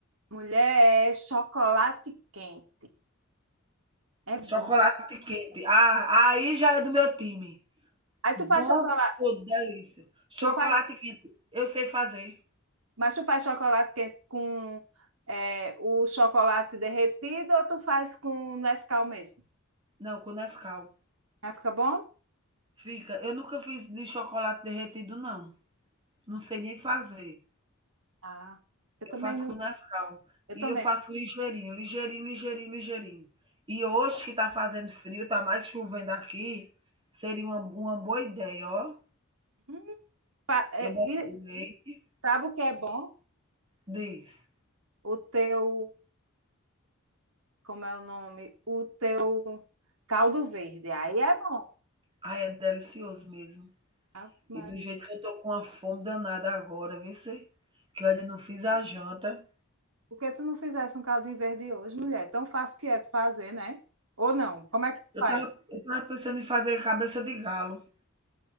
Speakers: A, on the right; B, on the right.
A: mulher, é chocolate quente. É bom.
B: Chocolate quente, ah, aí já é do meu time.
A: Aí
B: Bom
A: tu faz chocolate,
B: todo, delícia. Chocolate
A: tu faz,
B: quente, eu sei fazer.
A: mas tu faz chocolate quente com é, o chocolate derretido ou tu faz com Nescau mesmo?
B: Não, com Nescau.
A: Aí fica bom?
B: Fica eu nunca fiz de chocolate derretido não, não sei nem fazer.
A: Ah, eu
B: Eu
A: também,
B: faço
A: não-
B: com Nescau.
A: eu
B: E
A: também.
B: eu faço
A: fa-
B: ligeirinho, ligeirinho, ligeirinho, ligeirinho. E hoje que está fazendo frio, está mais chovendo aqui, seria uma uma boa ideia, ó.
A: Hum, fa- é,
B: Eu boto
A: e
B: o leite
A: sabe o que é bom?
B: diz.
A: O teu, como é o nome? O teu caldo verde. Aí é bom.
B: Ai, é delicioso mesmo.
A: Ave Maria.
B: E do jeito que eu tô com uma fome danada agora, vice, que eu ainda não fiz a janta.
A: Por que tu não fizesse um caldinho verde hoje, mulher? Tão fácil que é de fazer, né? Ou não? Como é que tu
B: Eu
A: faz?
B: tava eu tava pensando em fazer cabeça de galo.